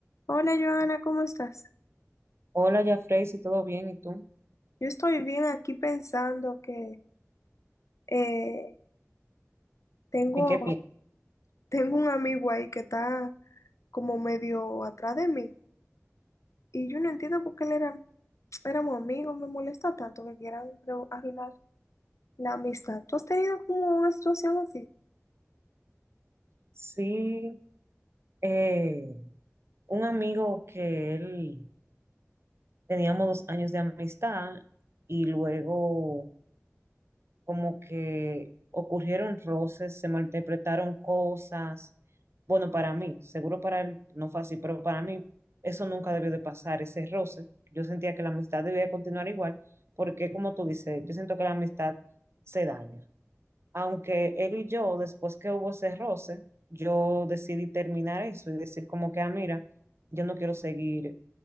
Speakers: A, on the left; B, on the right.
A: Hola Joana, ¿cómo estás?
B: Hola, Jafrey, si todo bien, ¿y tú?
A: Yo estoy bien aquí pensando que eh, tengo,
B: ¿En qué piensas?
A: <laughs> tengo un amigo ahí que está como medio atrás de mí y yo no entiendo por qué él era, éramos amigos, me molesta tanto que quieran creo, arruinar la amistad. ¿Tú has tenido como una situación así?
B: Sí, eh, un amigo que él teníamos dos años de amistad y luego como que ocurrieron roces, se malinterpretaron cosas. Bueno, para mí, seguro para él no fue así, pero para mí eso nunca debió de pasar, ese roce. Yo sentía que la amistad debía de continuar igual, porque como tú dices, yo siento que la amistad se daña. aunque él y yo, después que hubo ese roce, yo decidí terminar eso y decir como que, ah, mira, yo no quiero seguir